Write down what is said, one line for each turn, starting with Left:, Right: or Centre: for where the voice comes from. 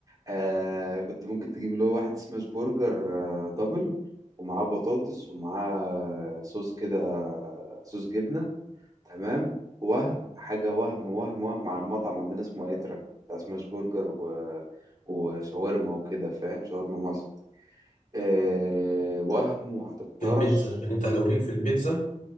Right: آه كنت ممكن تجيب اللي هو واحد سماش برجر آه دبل ومعاه بطاطس ومعاه صوص كده آه، صوص جبنه تمام وهم حاجه وهم وهم وهم على المطعم عندنا اسمه اترا بتاع سماش برجر و... وشاورما وكده فاهم شاورما مصر آه وهم وهتطرش
Left: في البيتزا يعني انت لو ليك في البيتزا